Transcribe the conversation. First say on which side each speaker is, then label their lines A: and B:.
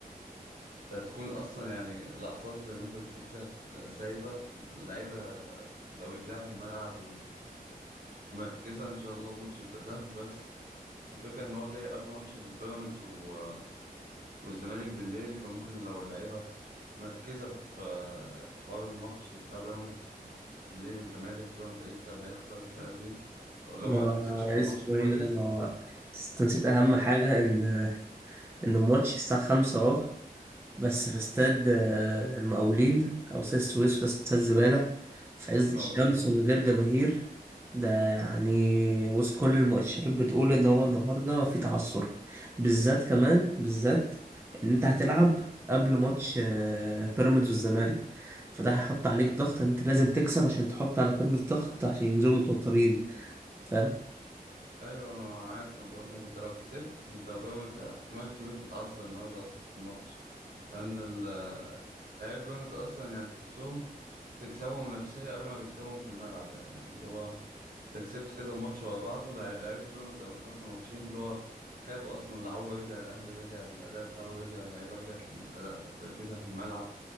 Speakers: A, on the right; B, on the right.
A: انت هتكون اصلا يعني الاعصاب زي ما انت بتقول كده سايبه اللعيبه لو رجلها في الملعب مركزة إن شاء الله الماتش يبقى سهل بس الفكرة إن هو جاي قبل ماتش البيراميدز و... والزمالك بالليل فممكن لو اللعيبة مركزة في حوار الماتش بتاع بيراميدز بالليل والزمالك بيراميدز هيكسب هيخسر مش عارف إيه لو
B: ما
A: ما ركزتش في
B: اسمه
A: الماتش كويس
B: ايه ده؟ ما هو- بس انت نسيت أهم حاجة إن إن الماتش الساعة خمسة أهو بس في استاد آه، المقاولين أو استاد السويس وده استاد زبالة في
A: ستيل
B: عز الشمس
A: مقاولين
B: ومن غير جماهير ده يعني بص كل المؤشرات بتقول إن هو النهاردة في تعثر بالذات كمان بالذات إن أنت هتلعب قبل ماتش آه، بيراميدز والزمالك فده هيحط عليك ضغط إن أنت لازم تكسب عشان تحط على بيراميدز ضغط عشان ينزلوا متوترين فاهم؟
A: ايوه انا عارف انا بقول لك انت لو كسبت انت بيراميدز احتمال كبير تتعثر النهارده اصلا في الماتش لان ال- لعيبه بيراميدز اصلا يعني تحسهم تكسبهم نفسيه قبل ما تكسبهم في الملعب يعني اللي هو انت كسبت كذا ماتش ورا بعض ولع- لعيبه بيراميدز قامت خاصه ماتشين اللي هو خافوا اصلا العو رجع الاهلي رجع الاداء بتاعه رجع اللعيبه رجعت الم- أداء- تركيزها في الملعب